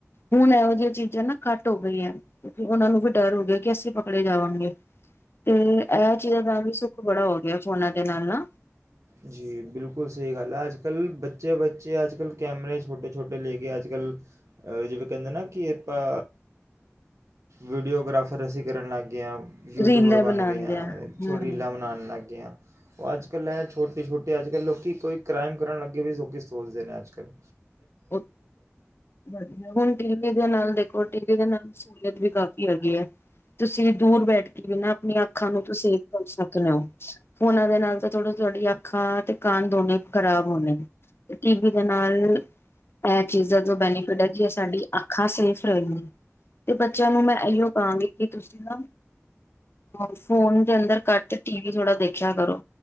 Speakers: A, on the left; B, on the right.
A: ਹੁਣ ਇਹੋ ਜਿਹੀਆਂ ਚੀਜ਼ਾਂ ਨਾ ਘੱਟ ਹੋ ਗਈਆਂ। ਉਹਨਾ ਨੂੰ ਵੀ ਡਰ ਹੋ। ਗਿਆ ਕਿ ਅਸੀਂ ਪਕੜੇ ਜਾਵਾਂਗੇ। ਤੇ ਇਹ ਚੀਜ਼ਾਂ ਦਾ ਵੀ ਬੜਾ ਹੋ ਗਿਆ। ਫੋਨਾ ਦੇ ਨਾਲ ਨਾ
B: ਜੀ ਬਿਲਕੁਲ ਸਹੀ ਗੱਲ ਆ ਅੱਜ ਕੱਲ੍ਹ ਬੱਚੇ ਬੱਚੇ ਅੱਜ ਕੱਲ੍ਹ ਕੈਮਰੇ ਛੋਟੇ ਛੋਟੇ ਲੈ ਕੇ ਅੱਜ ਕੱਲ੍ਹ ਜਿਵੇਂ ਕਹਿੰਦੇ ਨਾ ਕਿ ਆਪਾਂ ਵੀਡੀਓਗ੍ਰਾਫਰ ਅਸੀਂ ਕਰਨ ਲੱਗ ਗਏ। ੱਗੇ ਯੂਟਿਊਬਰ
A: ਰੀਲਾਂ
B: ਬਣ
A: ਬਣਾਉਂਦੇ
B: ਗਏ ਆ
A: ਹਮ
B: ਛੋ ਰੀਲਾਂ ਬਣਾਉਣ ਲੱਗ ਗਈਆਂ। ਉਹ ਅੱਜ ਕੱਲ੍ਹ ਛੋਟੇ ੋਟੇ ਅੱਜ ਕੱਲ ਲੋਕਈ ਕ੍ਰਾਈਮ ਕਰਨ ਲੱਗੇ ਵੀ ਸ ਲੋਕ ਸੋਚਦੇ ਨੇ ਅੱਜ ਕੱਲ।
A: ਵਧੀਆ ਹੁਣ ਟੀ ਵੀ ਦੇ ਨਾਲ ਦੇਖੋ ਟੀ ਵੀ ਦੇ ਨਾਲ ਸਹੂਲੀਤ ਵੀ ਕਾਫ਼ੀ ਹੈ। ਤੁਸੀਂ ਦੂਰ ਬੈਠ ਕੇ ਵੀ ਨਾ ਆਪਣੀਆਂ ਅੱਖਾਂ ਨੂੰ ਸੇਵ ਕਰ ਸਕਦੇ ਹੋ ਫੋਨਾਂ ਦੇ ਨਾਲ ਤਾਂ ਥੋੜਾ ਤੁਹਾਡੀ ਅੱਖਾਂ ਤੇ ਕਾਨ ਦੋਨੇ ਖ਼ਰਾਬ ਹੋਣੇ ਤੇ ਟੀ ਵੀ ਦੇ ਨਾਲ ਇਹ ਚੀਜ਼ਾਂ ਤੋਂ ਬੈਨੀਫਿਟ ਹੈ ਕਿ ਸਾਡੀ ਅੱਖਾਂ ਸੇਫ ਰਹੇਆਂ ਤੇ ਬੱਚਿਆਂ ਨੂੰ ਮੈਂ ਇਓ ਕਹਾਂਗੀ ਕਿ ਤੁਸੀਂ ਨਾ ਅ ਫੋਨ ਦੇ ਅੰਦਰ ਕੱਟ ਟੀ ਵੀ ਥੋੜ੍ਹਾ ਦੇਖਿਆ ਕਰੋ